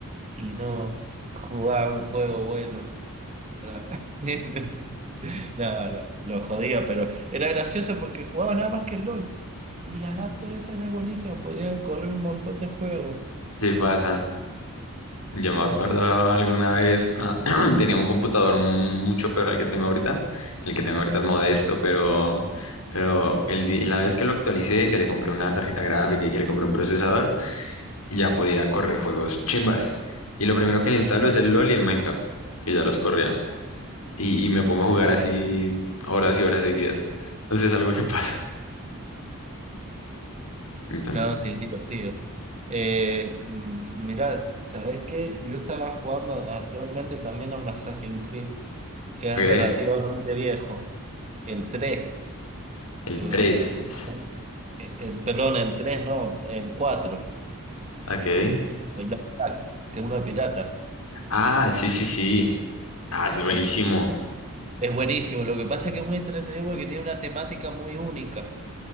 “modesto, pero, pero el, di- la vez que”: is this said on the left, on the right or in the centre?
Left